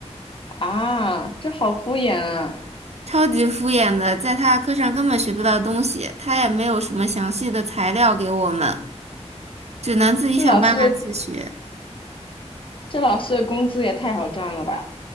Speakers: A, on the left; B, on the right.
A: 啊，这好敷衍啊！
B: 超级敷衍的，在他课上根本学不到东西，他也没有什么详细的材料给我们，只能自己想办法自学。
A: 这老师的这老师的工资也太好赚了吧？